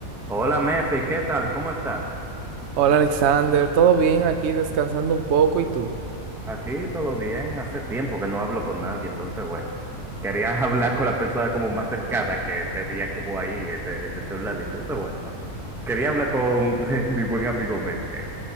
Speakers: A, in the centre; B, on the right.
A: Hola Mefi, ¿qué tal? ¿Cómo estás?
B: Hola Alexander, ¿todo bien? Aquí descansando un poco, ¿y tú?
A: Aquí todo bien, hace tiempo que no hablo con nadie, entonces bueno, quería <laughs> hablar con la persona como más cercana que tenía como ahí en, en el celular, entonces bueno, quería hablar con <laughs> mi buen amigo Mefi ahí.